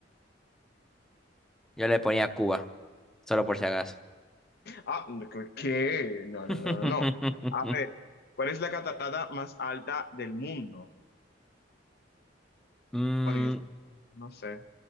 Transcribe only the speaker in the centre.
Yo le ponía Cuba, solo por si acaso.
<laughs>
Mm,